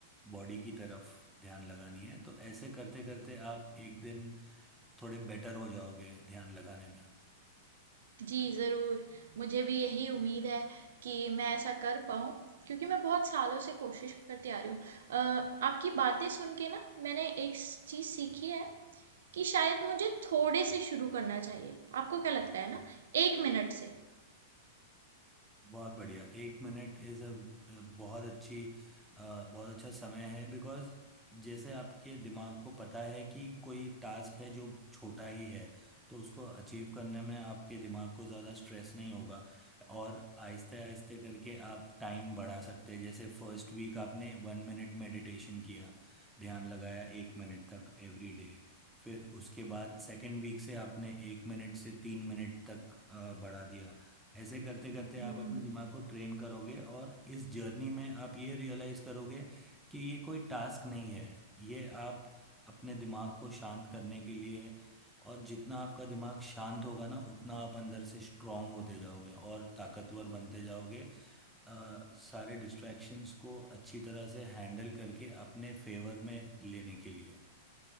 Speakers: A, in the centre; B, on the right.
A: बॉडी की तरफ ध्यान लगानी है तो ऐसे करते करते आप एक दिन थोड़े बेटर हो जाओगे ध्यान लगाने में
B: जी, ज़रूर। मुझे भी यही उम्मीद है कि मैं ऐसा कर पाऊँ क्योंकि मैं बहुत सालों से कोशिश करती आ रही हूँ। अ, आपकी बातें सुन के ना मैंने एक स चीज़ सीखी है कि शायद मुझे थोड़े से शुरू करना चाहिए। आपको क्या लगता है ना? 1 मिनट से।
A: बहुत बढ़िया एक मिनट इज अ बहुत अच्छी अ, बहुत अच्छा समय है बिकॉज जैसे आपके दिमाग को पता है कि कोई टास्क है जो छोटा ही है तो उसको अचीव करने में आपके दिमाग को ज़्यादा स्ट्रेस नहीं होगा और आहिस्ते आहिस्ते करके आप टाइम बढ़ा सकते हैं जैसे फर्स्ट वीक आपने वन मिनट मेडिटेशन किया ध्यान लगाया एक मिनट तक एवरी डे फिर उसके बाद सेकेंड वीक से आपने एक मिनट से तीन मिनट तक अ, बढ़ा दिया ऐसे करते करते आप
B: हुँ।
A: अपने दिमाग को ट्रेन करोगे और इस जर्नी में आप ये रियलाइज करोगे कि ये कोई टास्क नहीं है ये आप अपने दिमाग को शांत करने के लिए और जितना आपका दिमाग शांत होगा ना उतना आप अंदर से स्ट्रांग होते जाओगे और ताकतवर बनते जाओगे अ, सारे डिस्ट्रैक्शंस को अच्छी तरह से हैंडल करके अपने फेवर में लेने के लिए